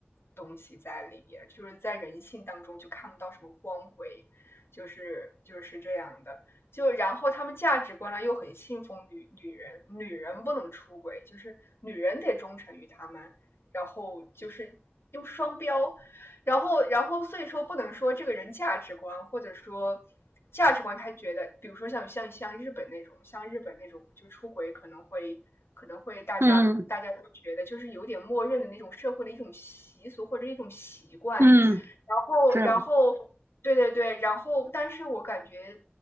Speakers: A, on the left; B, on the right.
A: 东西在里边，就是在人性当中就看不到什么光辉。就是就是这样的。就然后他们价值观呢又很信奉女女人，女人不能出轨，就是女人得忠诚于他们，然后就是用双标，然后然后所以说不能说这个人价值观或者说价值观，他觉得比如说像像像日本那种，像日本那种就出轨可能会可能会大家大家都觉得就是有点默认的那种社会的一种习俗或者一种习惯，
B: 嗯嗯，
A: 然后然后。
B: 是，
A: 对对对，然后但是我感觉